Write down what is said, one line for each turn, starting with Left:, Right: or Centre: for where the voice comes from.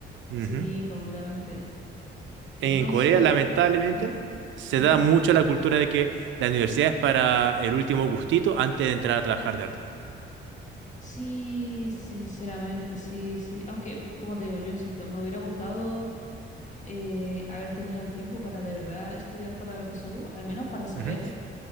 Right: Ujú.
Left: Sí, completamente. Entonces,
Right: En Corea, lamentablemente,
Left: ¿Mm?
Right: se
Left: Ujú.
Right: da mucho la cultura de que la universidad es para el último gustito antes de entrar a trabajar de verdad.
Left: Sí, sinceramente, sí, sí. Aunque, como te digo, yo insisto, me hubiera gustado eh, haber tenido el tiempo para de verdad estudiar para la PSU, al menos para saber
Right: Ujú,